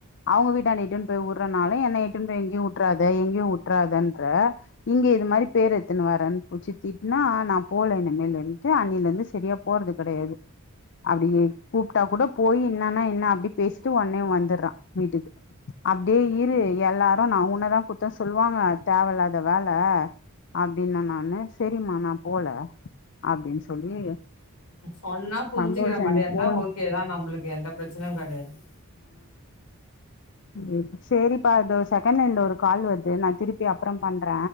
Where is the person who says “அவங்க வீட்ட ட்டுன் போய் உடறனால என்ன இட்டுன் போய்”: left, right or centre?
Left